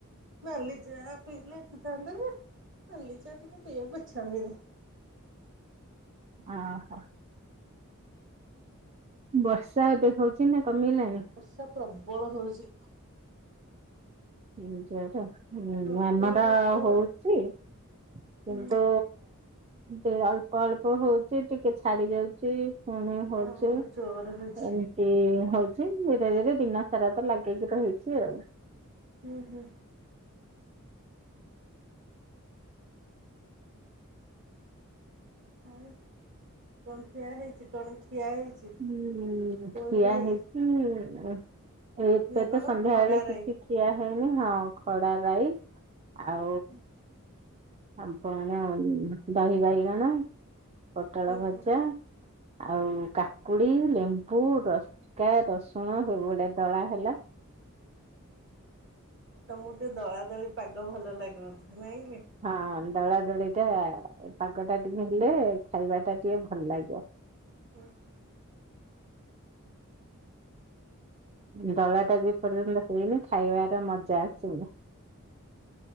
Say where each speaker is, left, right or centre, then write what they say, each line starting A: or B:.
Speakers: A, on the right; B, on the right.
A: ନାଲି ଚା ପିଇଥିଲେ ହେଇ ଥାଆନ୍ତା ଯେ ନାଲି ଚା ଟିକେ ପିଇବାକୁ ଇଚ୍ଛା ହେରା
B: ଓହୋ ବର୍ଷା ଏବେ ହଉଛି ନା କମିଲାଣି
A: ତା ପ୍ରବଳ ହେଉଛି।
B: ହୁ ଯଟା ହୁଁ
A: ପ୍ରବଳ
B: ଧାନାଟା
A: ବର୍ଷା
B: ହଉଛି କିନ୍ତୁ
A: ହୁଁ
B: ଦେ ଅଳ୍ପ ଅଳ୍ପ ହଉଛି ଟିକେ ଛାଡି ଯାଉଛି ପୁଣି ହଉଛି
A: ଆମର
B: ଏ
A: ଜୋର ହଉଛି
B: ଏ ହଉଛି ଧୀରେ ଧୀରେ ଦିନ ସାରା ତ ଲାଗେଇକି ରହିଛି ଆଉ
A: ହୁଁ ହୁଁ ହଁ କଣ ଖିଆ ହେଇଛି କଣ ଠିଆ ହେଇଛି
B: ହୁଁ
A: ପୋଇରାଇ
B: ଖିଆ ହେଇଛି ଏତ
A: ନା
B: ତ
A: କଣ
B: ସନ୍ଧ୍ୟାବେଳେ
A: ଖଡା ରାଇ
B: କିଛି ଠିଆ ହେଇନି ହଁ ଖଡା ରାଇ ଆଉ
A: ହୁଁ
B: ଆପଣ ଉ ଦହି ବାଇଗଣ ପୋଟଳ
A: ହୁଁ
B: ଭଜା
A: ହୁଁ
B: ଆଉ କା କୁଡି ଲେମ୍ବୁ ରସକା ରସୁଣ ସବୁଗୋଟେ ଦଳା ହେଲା
A: ତ ମ ଟିକେ ଦଳାଦଳି ପାଗ ଭଲ ଲାଗୁଥା ନାଇଁ କି
B: ହଁ ଦଳା ଦଳି ଟା ପାଗ ଟା ଟିକେ ହେଲେ ଖାଇବା ଟା ଟିକେ ଭଲ ଲାଗିବ।
A: ହୁଁ ହୁଁ
B: ଦଳା ଟା ଯେ ପର୍ଯ୍ୟନ୍ତ ହେଇନି ଖାଇବାର ମଜା ଆସୁନି